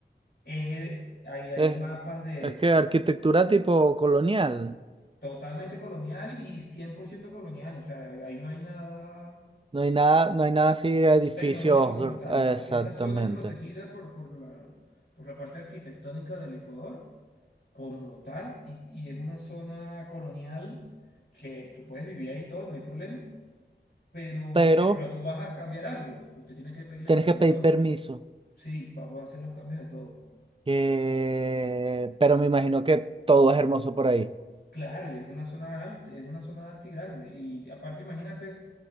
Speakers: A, on the left; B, on the right.
A: es, eh, ahí hay
B: Es,
A: mapas de
B: es que arquitectura tipo colonial.
A: Totalmente colonial y 100% colonial, o sea, ahí no hay nada
B: No hay nada, no hay nada así de edificios
A: tecnológico como tal,
B: eh,
A: no.
B: exactamente.
A: Esa zona es protegida por, por la, por la parte arquitectónica del Ecuador como tal y, y es una zona colonial que tú puedes vivir ahí todo, no hay problema. Pero,
B: Pero
A: ejemplo, tú vas a cambiar algo, usted tiene que pedirle
B: tienes
A: permiso,
B: que pedir permiso.
A: <laughs> sí, para poder hacer los cambios de todo.
B: que- Pero me imagino que todo es hermoso por ahí.
A: Claro, y es una zona alta, es una zona alta y grande. Y aparte, imagínate